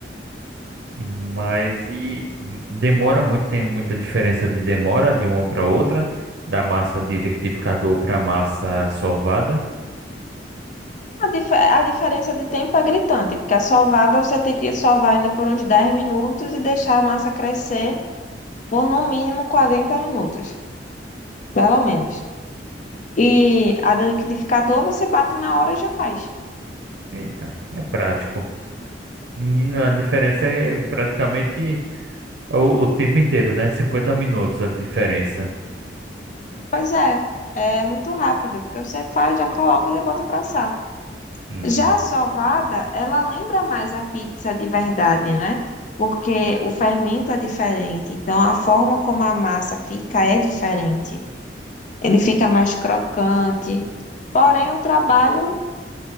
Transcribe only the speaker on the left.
A, dif- a diferença de tempo é gritante, porque a sovada você tem que sovar ainda por uns 10 minutos e deixar a massa crescer por no mínimo 40 minutos, pelo menos. E a do liquidificador você bate na hora e já faz.
Pois é, é muito rápido, porque você faz, já coloca e já bota pra assar.
Já a sovada, ela lembra mais a pizza de verdade, né? Porque o fermento é diferente, então a forma como a massa fica é diferente. Ele fica mais crocante, porém o trabalho